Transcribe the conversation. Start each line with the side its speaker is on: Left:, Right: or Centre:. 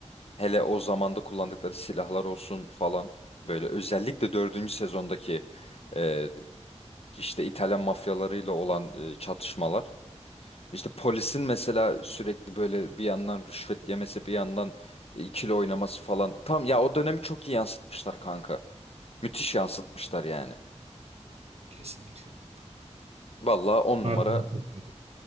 Left: Hele o zamanda kullandıkları silahlar olsun falan. Böyle özellikle dördüncü sezondaki e, işte İtalyan mafyalarıyla olan e, çatışmalar. İşte polisin mesela sürekli böyle bir yandan rüşvet yemesi bir yandan e, ikili oynaması falan. Tam ya o dönemi çok iyi yansıtmışlar kanka. Müthiş yansıtmışlar yani.
Right: Kesinlikle kanka.
Left: Vallahi on
Right: Harbiden
Left: numara
Right: çok iyiydi.